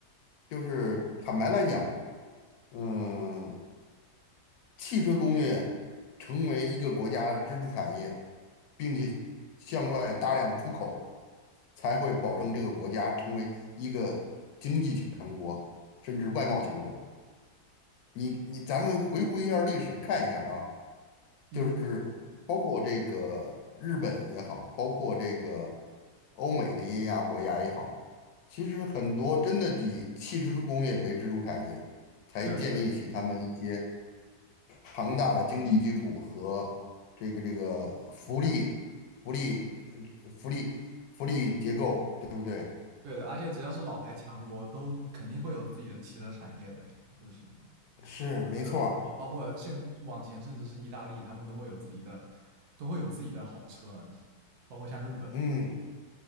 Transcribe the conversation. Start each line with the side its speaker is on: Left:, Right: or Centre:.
Left: 就是坦白来讲，嗯，汽车工业成为一个国家的支柱产业，并且向外大量出口，才会保证这个国家成为一个经济强国，甚至外贸强国。你你，咱们回顾一下历史，看一下啊，
Right: 嗯，
Left: 就是包括这个日本也好，包括这个欧美的一些亚国家也好，其实很多真的以汽车工业为支柱产业，才建立起他们一些
Right: 确实。
Left: 庞大的经济基础和这个这个福利、福利、呃福利、福利结构，对不对？
Right: 对的，而且只要是老牌强国，都肯定会有自己的汽车产业的，就是
Left: 是，没错儿
Right: 德国啊，包括现往前甚至是意大利，他们都会有自己的，都会有自己的好车，包括像日本。
Left: 嗯，